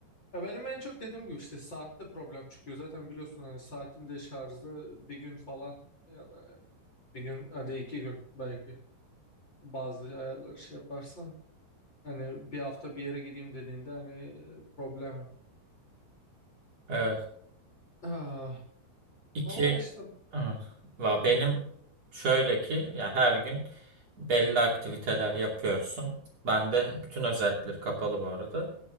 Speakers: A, on the left; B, on the right.
A: Ya benim en çok dediğim gibi işte saatte problem çıkıyor. Zaten biliyorsun hani saatin de şarjı bir gün falan ya da bir gün hadi iki gün belki bazı ayarları şey yaparsan hani bir hafta bir yere gideyim dediğinde hani e, problem. yok.
B: Evet.
A: Ah,
B: İki
A: ama işte
B: evet. Va- Benim şöyle ki ya her gün belli aktiviteler yapıyorsun. Ben de bütün özellikleri kapalı bu arada.